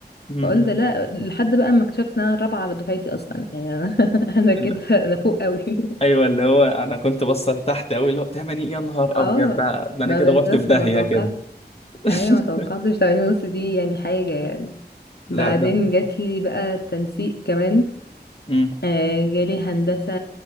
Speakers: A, on the left; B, on the left.
A: مم.
B: فقلت لا لحد بقى ما اكتشفت ان انا الرابعة على دفعتي اصلا يعني انا <laughs> انا كده
A: لا.
B: انا فوق قوي <laughs>
A: ايوه اللي هو انا كنت بصل تحت قوي اللي هو تمني يا نهار
B: اه
A: ابيض ده ده
B: ما
A: انا كده
B: بالظبط
A: رحت في داهيه
B: انا ما توقعت
A: كده <laughs>
B: ايوه ما توقعتش 80 ونص دي يعني حاجة يعني
A: لا
B: بعدين
A: ده
B: جات لي بقى التنسيق كمان
A: مم.
B: آه جالي هندسة